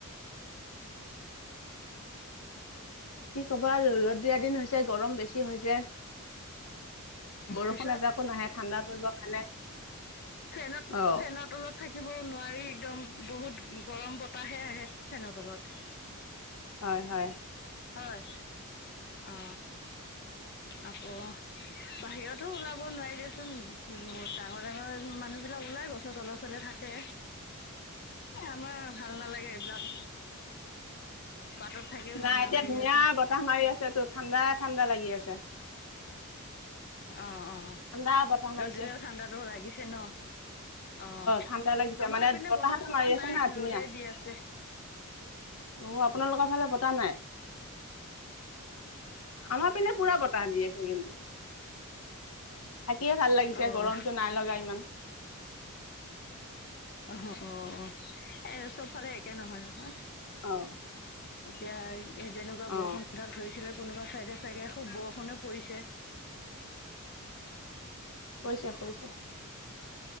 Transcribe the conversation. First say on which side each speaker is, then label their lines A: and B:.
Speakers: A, on the left (about 45°); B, on the left (about 75°).
A: <unintelligible>
B: কি খব ৰদ দিয়া দিন হৈছে গৰম বেছি হৈছে বৰষুণ
A: পিছত
B: এযোৱাকো নাহে ঠাণ্ডা পৰিবৰ কাৰণে
A: ফেনত
B: অ
A: ফেনত তলত থাক থাকিব নোৱাৰি একদম বহুত গৰম বতাহে আহে ফেনৰ তলত
B: হয় হয়
A: হয় অ আকৌ বাহিৰতো ওলাব নোৱাৰি দিয়াচোন ডাঙৰ ডাঙৰ মানে মানুহ বিলাক ওলাই গছত তল চলে থাকে আমাৰ ভাল নালাগে এইবিলাক বাটত থাকিও
B: নাই
A: ভাল
B: এতিয়া
A: নালাগে
B: ধুনীয়া
A: দিয়াচোন।
B: বতাহ মাৰি আছে তটো ঠাণ্ডা ঠাণ্ডা লাগি আছে
A: অ অ
B: ঠাণ্ডা বতাহ
A: ৰদ
B: মাৰিছে
A: দিলেও ঠাণ্ডাতো লাগিছে ন অ
B: ঠাণ্ডা লাগিছে
A: আমাৰপিনে
B: মানে বতাহতো
A: বতাহ চতাহ
B: মাৰি আছে
A: নাই
B: না ধুনীয়া
A: ৰ'দেই দি আছে
B: অ আপোনালোকৰ ফালে বতাহ নাই আমাৰ
A: নাই
B: পিনে
A: বতাহটো
B: পুৰা বতাহ
A: নাই।
B: দি আছে কিন্তু থাকিয়ে ভাল লাগিছে
A: অ',
B: গৰমতটো নাই লগা ইমান
A: অ অ এ চবফালে একে নহয় নহয়
B: অ
A: এতিয়া যেনেকুৱা বৰষুণাল
B: অ
A: ধৰিছিলে কোনোবা ছাইডে চাগে খুব বৰষুণে পৰিছে
B: কৈছে কৈছে